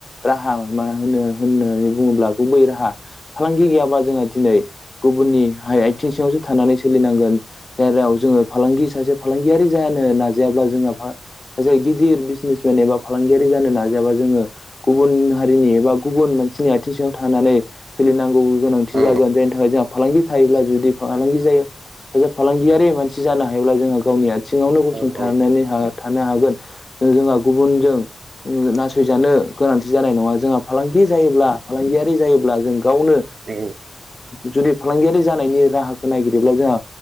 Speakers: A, on the left; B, on the right.
A: राहा मा होनो होननानै बुङोब्ला गुबै राहा फालांगि गैयाबा जोंहा दिनै गुबुननि हाय आइथिं सिंङावसो थानानै सोलिनांगोन। जायराव जोङो फालांगि सासे फालांगियारि जानो नाजायाब्ला जोंहा मा सासे गिदिर बिजनेसमेन एबा फालांगियारि जानो नाजायाबा जोङो गुबुन हारिनि एबा गुबुन मानसिनि आइथिं सिङाव थानानै सोलिनांगौ गोनांथि
B: औ
A: जागोन जायनि थाखाय जोंहा फालांगि थायोब्ला जुदि फालांगि जायो सासे फालांगियारि मानसि जानो हायोब्ला जोंहा गावनि आ सिङावनो गसंथानै
B: औ औ
A: थानो हागोन जोंहा गुबुनजों नासयजानो गोनांथि जानाय नङा। जोंहा फालांगि जायोब्ला फालांगियारि जायोब्ला जों गावनो
B: औ
A: जुदि - फालांगियारि जानायनि राहाखौ नागिरोब्ला जोंहा